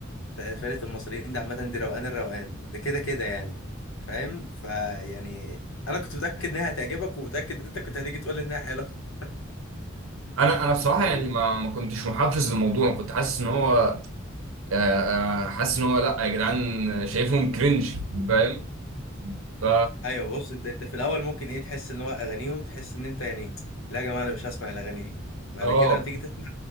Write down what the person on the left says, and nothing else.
فرقة المصريين دي عامة دي روقان الروقان ده كده كده يعني فاهم فيعني انا كنت متأكد انها هتعجبك ومتأكد ان انت كنت هتيجي تقول لي انها حلوة <laughs>
طيب
ايوه بص انت انت في الاول ممكن ايه تحس ان هو اغانيهم تحس ان انت يعني لا يا جماعة انا مش هسمع الاغاني دي بعد
كده لما تيجي تسمع